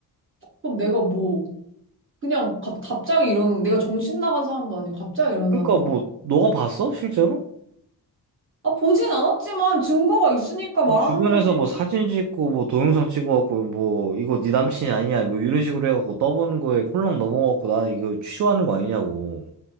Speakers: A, on the right (about 35°); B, on the right (about 50°).
A: 그럼 내가 뭐, 그냥 갑, 갑자기 이러는, 내가 정신 나간 사람도 아니고 갑자기 이런다는
B: 그러니까
A: 거야?
B: 뭐 너가 봤어? 실제로?
A: 아, 보진 않았지만 증거가 있으니까
B: 뭐
A: 말하는
B: 주변에서
A: 거지.
B: 뭐 사진 찍고 뭐 동영상 찍어갖고 뭐 이거 네 남친이 아니냐 뭐 이런 식으로 해갖고 떠보는 거에 홀랑 넘어갖고 나 이거 취소하는 거 아니냐고.